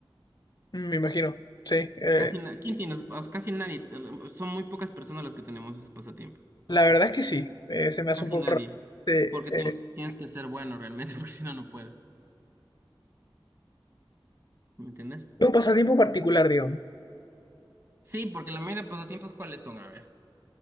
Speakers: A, on the left; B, on the right.
A: Me imagino, sí. eh,
B: Casi na- ¿quién tiene? esos pas- Casi nadie. eh, Son muy pocas personas las que tenemos ese pasatiempo.
A: la verdad es que sí, eh, se me hace
B: Casi
A: un poco
B: nadie.
A: raro. Se-
B: Porque tienes,
A: eh,
B: tienes que ser bueno realmente, <laughs> porque si no, no puedes. ¿Me entiendes?
A: un pasatiempo particular, digamos.
B: Sí, porque la mayoría de pasatiempos, ¿cuáles son? A ver.